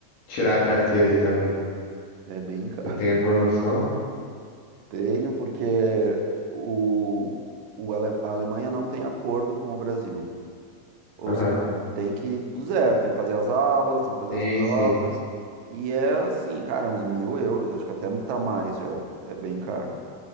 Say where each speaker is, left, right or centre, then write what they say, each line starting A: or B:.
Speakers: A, on the left; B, on the right.
A: tirar a carteira aí também.
B: é bem caro.
A: Você tem alguma noção?
B: <laughs> Tenho porque o, o Ale- a Alemanha não tem acordo com o Brasil. Ou
A: Aham.
B: seja, tem que ir do zero, tem que fazer as aulas, tem que fazer
A: Tem,
B: as provas.
A: sim.
B: E é assim, cara, uns mil euros, acho que até tá mais já. É bem caro